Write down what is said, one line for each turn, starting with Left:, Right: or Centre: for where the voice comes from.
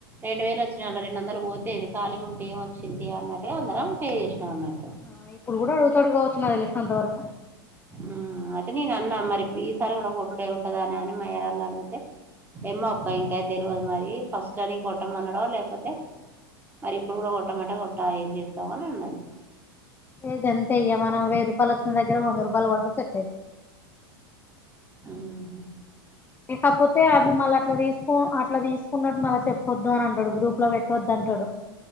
Right: రెండు వేలు వచ్చినళ రెండు వందలు పోతేది ఖాళీ ఉంటే ఏం వచ్చింది అన్నట్టుగా అందరం పే చేసినాం అన్నట్టు
Left: ఆ ఇప్పుడు కూడా అడుగుత అడుగా వచ్చున్న అదిలే అంత వరకు
Right: ఉహ్ అయితే నేను అన్నా మరి, ఇప్పుడు ఈసారి కూడా కొట్టుడె ఉంటాద అనే అని మయారళ్ళు అడిగితే, ఏమో ఒక్క ఇంకా తెలియదు మరి ఫస్ట్ అని కొట్టమన్నాడో, లేకపోతే మరి ఇప్పుడు కూడా కొట్టమంటే కొట్టాలి ఎమ్ చేస్తాం అని అన్నది
Left: ఏ గంతయ్యవ నవ వెయ్య రూపాయల వచ్చిన దగ్గర వంద రూపాయల్ గోడతారు సెట్ అయితది
Right: ఆహు
Left: లేకపోతే అవి మళ్ళ అట్లా తీసుకు అట్లా తీసుకున్నట్టు మళ్ళీ చెప్పొద్దు అని అంటాడు గ్రూప్ లో పెట్టొద్దు తంటూడు